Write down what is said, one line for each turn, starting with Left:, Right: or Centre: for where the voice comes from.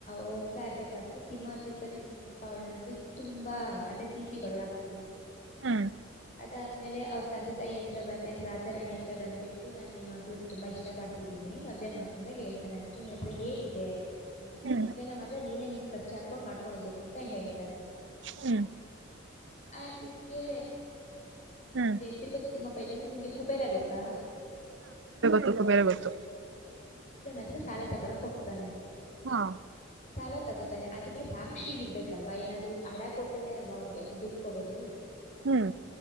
Left: ಹೋಗ್ತಾ ಇರ್ಬೇಕಾದ್ರೆ ತಿಮ್ಮ ತಿರುಪತಿ ತಿಮ್ಮಪ್ಪ ಅವಳನ್ನ ನೋಡಿ. ತುಂಬಾ ಅಂದ್ರೆ ಪ್ರೀತಿಗೊಳಗಾಗ್ತಾನೆ
Right: ಹ್ಮ್
Left: ಅದಾದ್ಮೇಲೆ ಅವ್ರ ತಂದೆ ತೈ ಹತ್ರ ಬಂದ ರಾಜ ರಾಣಿ ಹತ್ರ ಬಂದ್ಬಟ್ಟು ನಾನನ್ ನಿಮ್ಮ ಮಗ್ಳುನ್ನ ತುಂಬಾ ಇಷ್ಟ ಪಡ್ತಿದೀನಿ ಮದ್ವೆ ಮಾಡ್ಸ ಅಂತ ಹೇಳ್ <unintelligible> ಅದಕ್ಕೆ ನೀ ಹತ್ರ ಏನಿದೆ. ಅಂತ
Right: ಹ್ಮ್
Left: ಮದ್ವೆೇನ ಮಾತ್ರ ನೀನೇ ನಿನ್ ಖರ್ಚ ಹಾಕೊಂಡ್ ಮಾಡ್ಕೊಂಡ್ ಹೋಗ್ಬೇಕು ಅಂತ ಹೇಳ್ತಾರೆ.
Right: ಹ್ಮ್
Left: ಅದಕ್ಕೆ
Right: ಹ್ಮ್
Left: ತಿರ್ಗತಿ ತಿಮ್ಮಪ್ಪೈದಂದು ನಿಮ್ಗೆ ಕುಬೇರ ಆಗುತ್ತಾ.
Right: ಹೂ ಕುಬೇರ ಗೊತ್ತು.
Left: ಆದ್ರೆ ಸಾಲ ತಗೊಳಕ್ ಹೋಗ್ತಾನೆ.
Right: ಹಾ
Left: ಸಾಲ ತಗೋತಾನೆ ಅದಕ್ಕೆ ಸಾಕ್ಷಿ ಇರ್ಬೇಕಲ್ವಾ ಏನಾದ್ರು ಅಡ ಕೊಟ್ರನೆೇ ಅಲ್ವಾ ಅವ್ರಿಗೆ ದುಡ್ಡು ಕೊಡೋದು
Right: ಹ್ಮ್